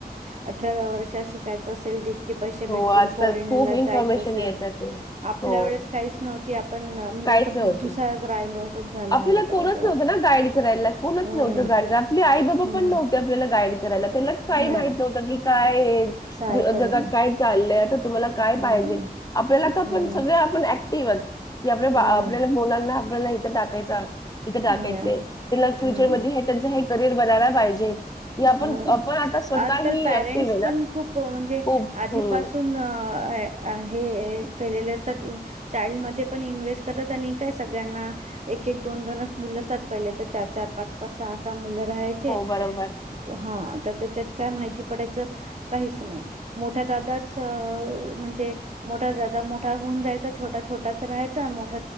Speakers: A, on the right (about 45°); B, on the left (about 25°).
A: अठराव्या वर्षात शिकायचं असेल पै भेटतील
B: हो आजकाल
A: फॉरेन
B: खूप इन्फॉर्मेशन
A: जायच असेल
B: येतात ते.
A: आपल्या
B: हो
A: वेळे काहीच नव्हती आपण म्हणजे
B: काहीच
A: असं
B: होती.
A: बुद्धू सा राहिलो असंच झालं
B: आपल्याला
A: मला तर
B: कोणच
A: असं वाटतं.
B: नव्हतं ना गाईड करायला कोणच
A: हम्म.
B: नव्हतं गाईड आपली आई बाबा
A: हम्म
B: पण नव्हते आपल्याला गाईड करायला त्यालाच काही
A: नाही
B: माहित नव्हतं की काय
A: काय करील
B: जगात काय चाललंय आता तुम्हाला काय
A: हम्म.
B: पाहिजे आपल्याला तर
A: हम्म,
B: पण सगळे आपण ऍक्टिव्ह आहेत की आपल्या बाळ
A: हम्म,
B: आपल्याला मुलांना आपल्याला इथे टाकायचं हाय तिथे टाकायचंय
A: हम्म,
B: त्यांना फ्युचरमध्ये
A: हम्म.
B: त्यांचं हे करिअर बनायला पाहिजे हे आपण
A: हम्म
B: आपण आता स्वतःही
A: आजकाल पॅरेंट्स
B: ॲक्टिव्ह आहे ना
A: पण खूप म्हणजे
B: खूप.
A: आधीपासून
B: हं.
A: अ हे केलेले असतात चाइल्ड मध्ये पण इन्व्हेस्ट करतात आणि काय सगळ्यांना एक एक दोन दोनच मुलं असतात पहिले तर चार चार पाच पाच सहा सहा मुलं राहायचे
B: हो, बरोबर.
A: हा आता त्याच्यात काय माहिती पडायचं काहीच नाही मोठ्या दादाचं म्हणजे मोठा दादा मोठा होऊन जायचा छोटा छोटाच राहायचा मोठ